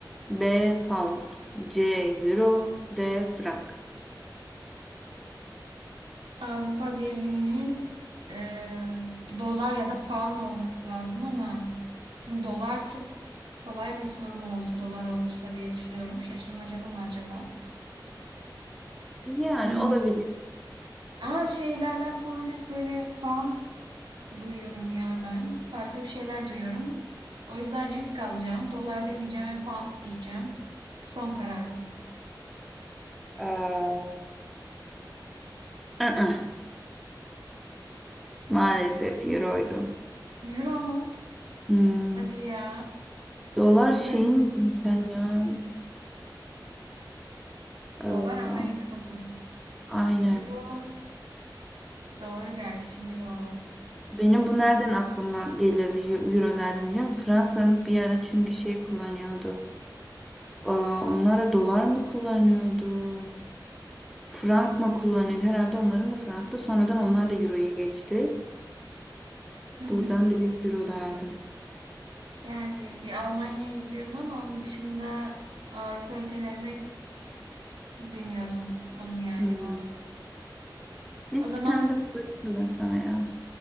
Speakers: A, in the centre; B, on the right.
A: B pound, C euro, D frank.
B: Avrupa Birliği'nin eee, dolar ya da pound olması lazım ama şimdi dolar çok Kolay bir sorum oldu dolar olursa diye düşünüyorum. Şaşırmacalı mı acaba?
A: Yani
B: Hmm.
A: olabilir.
B: Ama şeylerden falan hep böyle pound duyuyorum ya ben. Farklı bir şeyler duyuyorum. O yüzden risk alacağım. Dolar demeyeceğim ve pound diyeceğim. Son kararım.
A: Ee, Aa, maalesef euroydu.
B: Euro mu?
A: Hmm,
B: Hadi ya.
A: dolar şeyin
B: Onu
A: zaten ya. Ee,
B: dolar Amerika mı?
A: aynen.
B: Euro doğru gerçi euro.
A: Benim bu nereden aklıma gelirdi eu- euro derdim biliyor musun? Fransa'nın bir ara çünkü şey kullanıyordu. Aa, onlar da dolar mı kullanıyordu? Frank mı kullanıyordu? Herhalde onların da franktı. Sonradan onlar da euroya geçti.
B: Hmm.
A: Buradan direkt euro derdim.
B: Yani bir Almanya'yı biliyorum ama onun dışında Avrupa ülkelerinde bilmiyordum bunun yaygın
A: Hmm.
B: olduğunu.
A: Neyse
B: O zaman
A: bir tane daha sorayım mı ben sana ya?